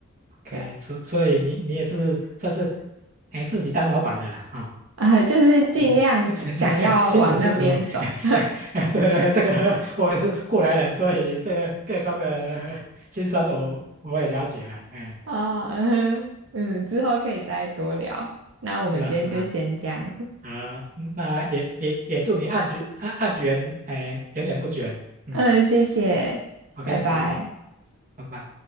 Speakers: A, on the right; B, on the right.
A: OK，
B: 对啊
A: 所所以你你也是算是，哎，自己当老板的啦，哈、
B: 啊、就是尽量想要往那边走。
A: <laughs> 是这个 <laughs> 辛苦辛苦，<laughs>
B: <laughs>
A: 对对，这个我也是过来人，所以这个各种的 <laughs> 辛酸我我也了解了，哎，
B: 哦，嗯哼嗯，之后可以再多聊。那我们今天就先这样了。
A: 是啊是啊，啊，嗯那也也也祝你案局案案源，哎，源源不绝，嗯
B: 嗯，谢谢，
A: ，OK，
B: 拜拜。
A: 好，拜拜。